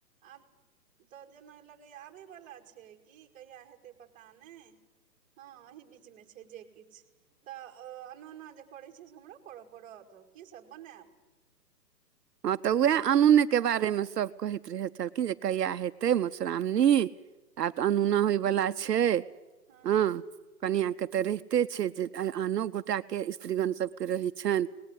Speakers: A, on the right; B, on the right.
A: आब तऽ जेना लगैए आबयवला छै कि, कहिया हेतै पता नहि। हँ एही बीच में छै जे किछ तऽ अ अनुना जे करैय छीयै से हमरो करऽ पड़त, कीसब बनायब।
B: हॉं तऽ उएह अनूने के बारेमे सभ कहैत रहै छल, कि जे कहिआ हेतै मधुश्रावणी। आब
A: हँ
B: तऽ अनुना होय वाला छैय,
A: हँ
B: हऽ कनिया
A: हूँ
B: के त रैह ते छै जे आनो गोटा के स्त्रीगण सबके रहै छनि,